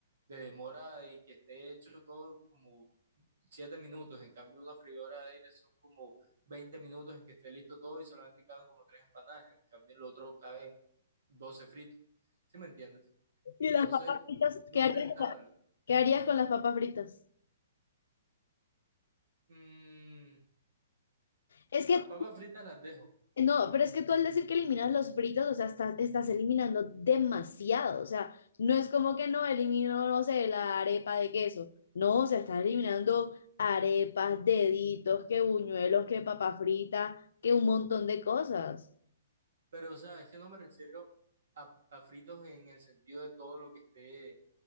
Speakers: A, on the right; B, on the left.
A: de demora en que esté hecho todo como 7 minutos, en cambio una freidora de aire son como 20 minutos en que esté listo todo y solamente caben como tres empanadas, en cambio en lo otro caben 12 fritos, ¿sí me entiendes?
B: ¿Y
A: Entonces
B: las papas fritas?
A: no
B: ¿Qué
A: es
B: harías,
A: rentable.
B: qué harías con las papas fritas?
A: Mm,
B: Es que
A: las papas fritas las dejo,
B: No, pero es que tú al decir que eliminas los fritos, o sea, está- estás eliminando demasiado. O sea, no es como que no elimino, no sé, la arepa de queso. No, o sea, estás eliminando arepas, deditos, que buñuelos, que papa frita, que un montón de cosas.
A: pero o sea, es que no me refiero a, a fritos en el sentido de todo lo que esté